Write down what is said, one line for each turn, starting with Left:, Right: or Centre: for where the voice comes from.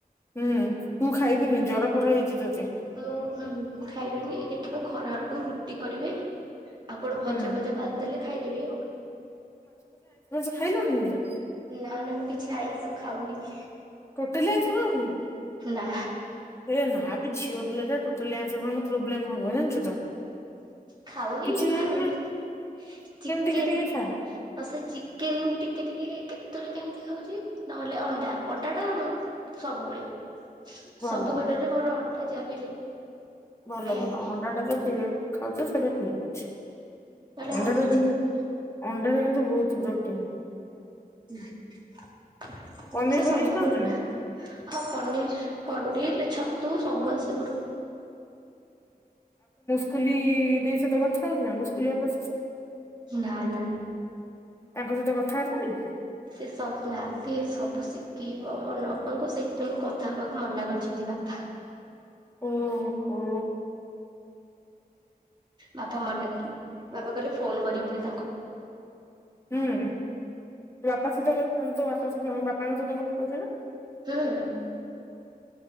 Left: ହୁଁ ତୁ ଖାଇବୁନି
Right: ହଁ
Left: ଜର ଫର ହେଇଚି ତତେ
Right: ଆଉ ହଁ ଖାଇବନି ଦେଖିବା। ଖରା ଆଡକୁ ରୁଟି କରିବେ। ଆଉ କଣ
Left: ହୁଁ।
Right: ଭଜା ଫଜା ଭାଜି ଦେଲେ ଖାଇଦେବି ଆଉ।
Left: ଖାଇଲୁ କି ଲୋ?
Right: ନା ନା ମୁଁ କିଛି ଆଇଷ ଖାଉନି।
Left: ଟୋଟାଲ ଆଇଷ ଖାଉନୁ
Right: ନା
Left: ହେ ନାବେ ଝିଅ ପିଲା ଟା ଟୋଟାଲ ଆଇଷ ଖାଉନୁ ପ୍ରୋବ୍ଲେମ ହବ ଜାଣିଛୁ ତ?
Right: ଖାଉନି
Left: କିଛି ନାହିଁ
Right: ଖାଉନି
Left: ନା
Right: ଚିକେନ
Left: ଟିକେ ଟିକେ
Right: ଆଉ
Left: ଖା
Right: ସେ ଚିକେନ ଟିକେ ଟିକେ କେମିତି ଖାଉଛି ନହେଲେ। ଅଣ୍ଡା ଅଣ୍ଡା ଟା ସବୁବେଳେ
Left: ଭଲ।
Right: ସବୁ ବାରରେ ମୋର ଅଣ୍ଡା ଜାଆବି ହେଲେ
Left: ଭଲ
Right: ଖାଇବି
Left: ଭଲ ଅଣ୍ଡା ଟା ତ ଖାଉଛ ସେଇଟା ଠିକ ଅଛି।
Right: ନହେଲେ
Left: ଅଣ୍ଡାରେ
Right: ଆଉ କିଛି
Left: କିନ୍ତୁ
Right: ଖାଉନି
Left: ଅଣ୍ଡାରେ କିନ୍ତୁ ବହୁତ ପ୍ରୋଟିନ୍।
Right: ହୁଁ।
Left: ପନିର
Right: ହ ସେ
Left: ଫନିର
Right: ସବୁ ଭ
Left: ଖାଉଛୁ
Right: ହଁ
Left: ନା?
Right: ପନିର ପନିର ଛତୁ। ସବୁ ଆସ କର।
Left: ମୁଁ କହିଲି ଦେଇ ସହିତ କଥା ହୋଉଛୁ ନା ମୁଁ ସ୍କୁଲ ରେ?
Right: ନା ନା।
Left: ତାଙ୍କ ସହିତ କଥାବାର୍ତ୍ତା ନାଇ?
Right: ସେ ସବୁ ନା ସବୁ ଶିଖେଇବ ମନ ବାପାଙ୍କୁ, ସେଇଥିପାଇଁ କଥା ହବାକୁ ମନା କରିଛନ୍ତି ବାପା।
Left: ଓ ହୋ।
Right: ବାପା ମନେ କ ବାପା କହିଲେ ଫୋନ କରିବନି
Left: ହୁଁ ବାପା ସୁଧା କରଛନ୍ତି, ତୁ ବାପ କା ସହିତ ତମ ବାପାଙ୍କ ସହିତ କଥା ହଉଛ ନା।
Right: ହଁ ଅଂ